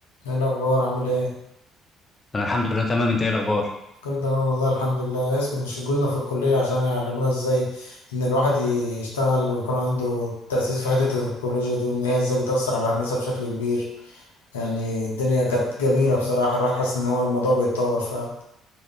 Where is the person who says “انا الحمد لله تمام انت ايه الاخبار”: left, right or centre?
Left